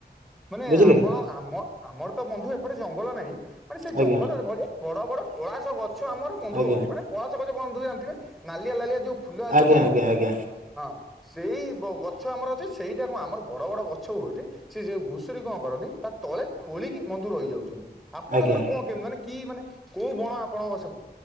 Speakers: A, in the centre; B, on the right.
A: ମାନେ
B: ବୁଝିଲେ
A: ଆପଣ ଆମ ଆମର ତ ବନ୍ଧୁ ଏପଟେ ଜଙ୍ଗଲ ନାଇଁ। ମାନେ ସେ
B: ଆଜ୍ଞା
A: ଜଙ୍ଗଲର ଭଳି ବଡ ବଡ ପଳାଶ ଗଛ ଆମର ବନ୍ଧୁ
B: ଆଜ୍ଞା
A: ହଉଛି ମାନେ ପଳାସ ଛ କହୁଚେ ବନ୍ଧୁ ଜାଣିଥିବେ ନାଲିଆ ଲାଲିଆ ଯୋଉ ଫୁଲ ଆସେ
B: ଆଜ୍ଞା
A: ବନ୍ଧୁ
B: ଆଜ୍ଞା ଆଜ୍ଞା
A: ହଁ ସେଇ ବ ଗ ଛ ଆମର ଅଛି ସେଇଟାକୁ ଆମର ବଡ଼ ବଡ଼ ଗ ଛ ବହୁତି ସେ ଯୋଉ ଘୁଷୁରୀ କଣ କରନ୍ତି ତା ତଳେ ଖୋଳିକି ବନ୍ଧୁ ରହି ଯାଉଚନ୍ତି। ଆପଣଙ୍କର
B: ଆଜ୍ଞା
A: କଣ କେମିତି ମାନେ କି ମାନେ କୋଉ ବଣ ଆପଣଙ୍କ ସେ